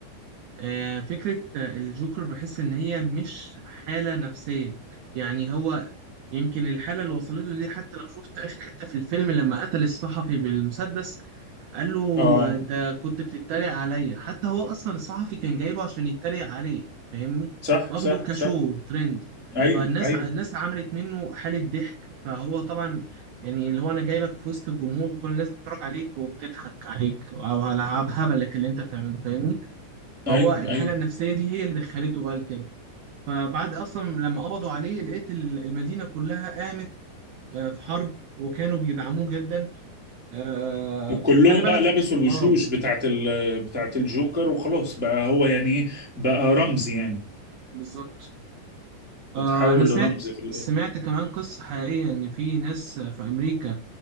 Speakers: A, on the right (about 70°); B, in the centre.
A: آه، فكرة آه، الجوكر بحس إن هي مش حالة نفسية يعني هو يمكن الحالة اللي وصلته دي حتى لو شفت آخر حتة في الفيلم لما قتل الصحفي بالمسدس قال له
B: اه
A: آه، أنت كنت بتتريق عليا حتى هو أصلا الصحفي كان جايبه عشان يتريق عليه فاهمني
B: صح
A: واخده
B: صح
A: كشو
B: صح
A: ترند
B: ايوه
A: فالناس
B: ايوه
A: ع- الناس عملت منه حالة ضحك فهو طبعا يعني اللي هو أنا جايبك في وسط الجمهور وكل الناس بتتفرج عليك وبتضحك عليك أو على هبلك اللي أنت بتعمله فاهمني
B: ايوه
A: هو الحالة
B: ايوه
A: النفسية دي هي اللي دخلته بقى لكده فبعد أصلا لما قبضوا عليه لقيت ال- المدينة كلها قامت آه، في حرب وكانوا بيدعموه جدا آه،
B: وكلهم
A: خلي بالك
B: بقى لبسوا الوشوش
A: اه
B: بتاعت ال بتاعت الجوكر وخلاص بقى هو يعني ايه بقى رمز يعني
A: بالظبط آه،
B: اتحول
A: أنا سمعت
B: لرمز في الاخر
A: سمعت كمان قصة حقيقية إن في ناس في أمريكا